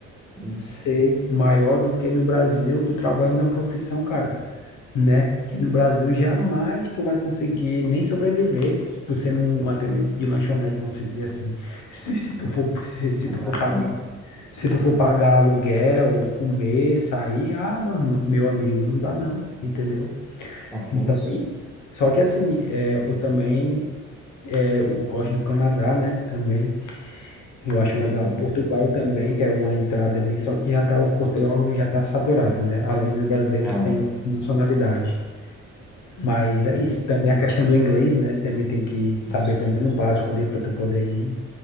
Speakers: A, in the centre; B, on the left.
A: isso.
B: ser maior do que no Brasil, tu trabalhando na profissão, cara, né? Que no Brasil jamais tu vai conseguir nem sobreviver, tu sendo um atendente de lanchonete, vamos dizer assim. Se, se tu for, se, se
A: É
B: tu for
A: verdade.
B: pagar, se tu for pagar aluguel, comer, sair, ah, meu, meu amigo, não dá não, entendeu?
A: É tenso.
B: Então é isso. Só que assim, é, eu também é, eu gosto do Canadá, né? Também. Eu acho
A: Quando
B: legal.
A: não.
B: Portugal também, que é uma entrada ali, só que já tá, o Portugal já está saturado, né? Além dos brasileiros,
A: É,
B: tem outra nacionalidade. Mas é isso. Também a questão do inglês, né? Também tem que saber
A: isso.
B: pelo menos o básico ali para tu poder ir.